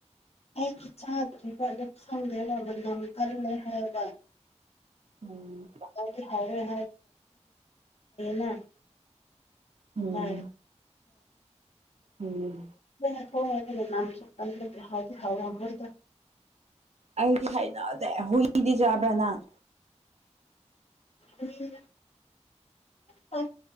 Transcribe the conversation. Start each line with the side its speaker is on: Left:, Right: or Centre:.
Left: ꯑꯩꯗꯤ ꯆꯥꯗ꯭ꯔꯤꯕ ꯑꯗꯨ ꯈꯪꯗ꯭ꯔꯦꯕ ꯃꯅꯝ ꯀꯜꯂꯦ ꯍꯥꯏꯕ
Right: ꯎꯝ
Left: ꯍ ꯍꯥꯏꯥꯎ ꯂꯩ
Right: ꯎꯝ
Left: ꯍꯣꯏ
Right: ꯎꯝ
Left: ꯍ ꯊꯣꯡꯉꯅ ꯅꯝꯁꯨ ꯀꯟꯗꯗꯤ ꯍꯥꯎꯗꯤ ꯍꯥꯎꯋ ꯍꯣꯏꯗ
Right: ꯑꯩꯗꯤ ꯍꯥꯏꯩꯅꯗ ꯍꯨꯏꯗꯤ ꯌꯥꯕ꯭ꯔꯥ ꯅꯪ
Left: ꯎ ꯄ